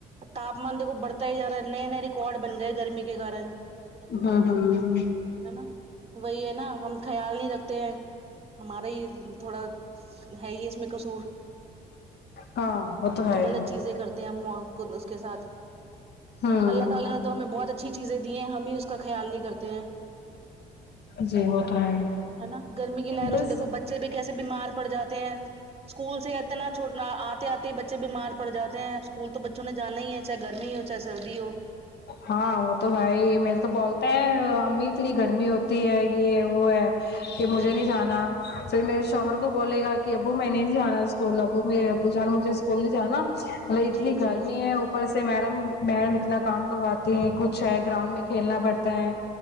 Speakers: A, on the right; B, on the left.
A: تاپمان دیکھو بڑھتا ہی جا رہا ہے نئے نئے ریکارڈ بن گئے گرمی کے کارن
B: ہمم ہمم
A: ہے نا وہی ہے نا ہم خیال نہیں رکھتے ہیں ہمارا یہ تھوڑا ہے ہی اس میں کصور
B: ہاں تو ہے
A: غلط
B: ہی
A: چیزیں کرتے ہیں ہم خود اس کے ساتھ
B: ہوں
A: اللہ تعالی نے تو ہمیں بہت اچھی چیزیں دی ہیں ہم ہی اس کا خیال نہیں کرتے ہیں
B: جی وہ تو ہے ہی،
A: ہے نا گرمی کی لہر اس
B: بس
A: سے دیکھو بچ بچے بھی کیسے بیمار پڑ جاتے ہیں اسکول سے اتنا چھوٹنا آتے آتے بچ بچے بیمار پڑ جاتے ہیں اسکول تو بچوں نے جانا ہی چاہے گرمی ہو چاہے سردی ہو
B: ہاں وہ تو ہے ہی میرے تو بولتے ہیں امی اتنی گرمی ہوتی ہے یے وہ ہے کہ
A: جی
B: مجھے نہیں جانا پھر میرے شوہر کو بولے گا کی ابو میں نے نہیں جانا اسکول ابو میرے ابو جان مجھے اسکول جانا مطلب اتنی
A: جی جی جی
B: گرمی ہے اوپر سے سے میڈم میڈم اتنا کام کرواتے ہیں کچھ ہے گراؤنڈ میں کھیلنا پڑتا ہے